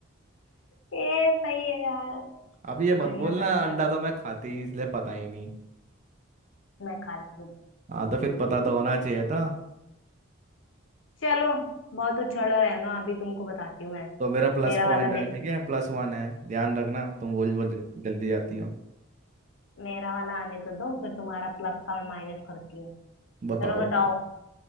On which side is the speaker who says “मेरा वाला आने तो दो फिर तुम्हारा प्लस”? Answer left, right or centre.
Left